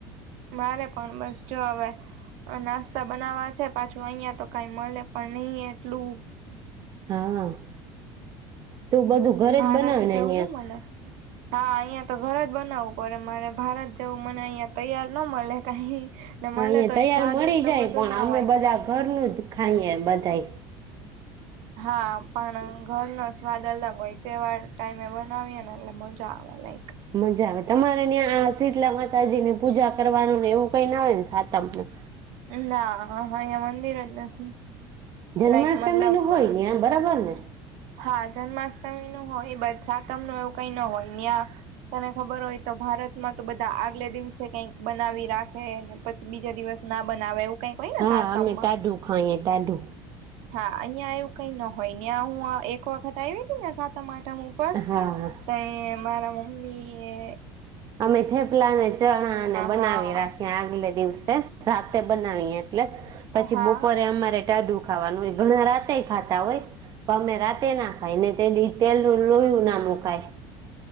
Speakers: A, on the right; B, on the right.
A: મારે પણ બસ જો હવે નાસ્તા બનાવા છે. પાછું અહિયાં તો કઈ મળે પણ નહી એટલું
B: હા. તું બધું ઘરે
A: ભારત
B: જ બનાવે
A: જવું
B: ન્યા
A: ને મને. હા અહિયાં તો ઘર જ બનાવવું પડે મારે ભારત જવું મને અહંયા તૈયાર ન મળે કઈ. ને મળે
B: અહી
A: તો
B: તૈયાર
A: એ સ્વાદ
B: મળી
A: એટલો
B: જાય
A: બધો
B: પણ
A: ના
B: અમે
A: હોય.
B: બધા ઘરનું દુખાઈ બધાય.
A: હા પણ ઘરનો સ્વાદ અલગ હોય તેવાર ટાઈમે બનાવીય ને એટલે મજા આવે લા
B: મજા આવે તમારે ત્યાં શીતલા માતાજી ની પૂજા કરવાનું ને એવું કઈને આવે ને સાતમમાં?
A: ના હ હા અહિયા મંદિર જ નથી.
B: જન્માષ્ટમી
A: લાઈક મતલબ
B: નું હોય ને આ બરાબર ને?
A: હા, જન્માષ્ટમી નું હોય બધ સાતમ નું એવું કઈ ન હોય ન્યા તને ખબર હોય તો ભારતમાં તો બધા આગલે દિવસે કંઈક બનાવી રાખે, પછી બીજા દિવસ ના બનાવે એવું કઈક હોય ને
B: હા,
A: સાતમમાં
B: અમે તાઢું ખાઈએ તાઢું.
A: હા, અહીંયા એવું કઈ ન હોય ન્યાં હું એક વખત આવી હતી ને સાત માટે ઉપર
B: હા
A: તઈ મારા મમ્મીએ
B: અમે થેપલા ને ચણા ને બનાવી
A: હા
B: રાખીએ આગલે દિવસે રાતે બનાવી એટલે પછી
A: હા
B: બપોરે અમારે ટાઢું ખાવાનું હોય ઘણા રાતે ખાતા હોય પણ અમે રાતે ના ખાઈ ને તે દી તેલ લોયું નાનું ખાય.